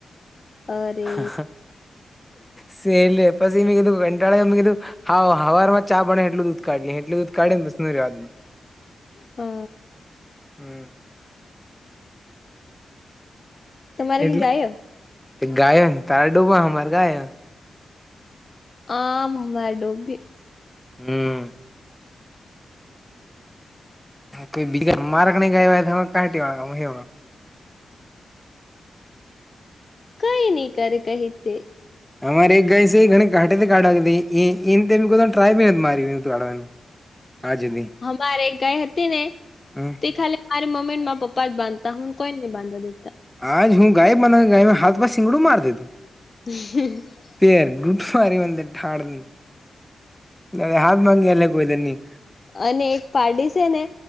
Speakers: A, on the left; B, in the centre.
A: અરે
B: હ, સેલે પછી મેં કીધું કંટાળામી કીધું હા, હવાર માં ચા બને એટલું દૂધ કાઢી એટલું દૂધ કાઢી નેસ ન રેવા દધ
A: હઅ
B: હમ
A: તમારે
B: એટલે
A: કે ગાયો
B: ગાયો ને તારા ડૂબા અમારે ગાયહ
A: અમ ડોબી
B: હમ કોઈ બીજા, મારકણી ગાય <unintelligible>
A: કંઈ ની કરે કહેતે
B: અમારે એક ગાય સે, ઘણી કાઢટેથી કાઢવા બી એ એમ તેમ કોઈ દાળ ટ્રાય બી નથી મારી દૂધ કાઢવાનું <inaudible> સુધી
A: અમારે એક ગાય હતી ને,
B: હમ
A: તે ખાલી મારી મમ્મી ને માર પપા જ બાધતા, હું કઈ ની બાધવા દેતા
B: આજ હું ગાય બના ગાયમાં હાથ મા સિંગડું માર દીધું
A: હ
B: <unintelligible> અંદ ઠાળની અ હામાંંગી એ લ કોઈ દ ની
A: અને એક પાડી છે ને